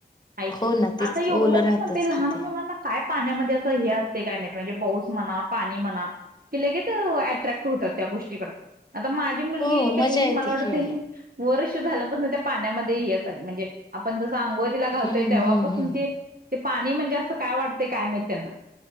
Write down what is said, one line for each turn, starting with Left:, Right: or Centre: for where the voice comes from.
Right: हायची
Left: हो ना तेच
Right: आता एवढं
Left: की ओलं राहतच
Right: म्हणते लहान
Left: कि ते
Right: मुलांना काय पाण्यामध्ये असं हे असते काय माहित? म्हणजे पाऊस मना पाणी म्हणा की लगेच अट्रॅक्ट होतात त्या गोष्टीकड आता माझी मुलगी
Left: हो
Right: कनाय
Left: मजा येते
Right: मला वाटतंय
Left: खेळायला
Right: वर्ष झाल्यापासून ते पाण्यामध्ये येत आहे म्हणजे आपण जस अंघोळ तिला घालोय
Left: हम्म
Right: तेव्हापासून
Left: हम्म हम्म
Right: ते पाणी म्हणजे असं काय वाटत ते काय माहीत त्यांना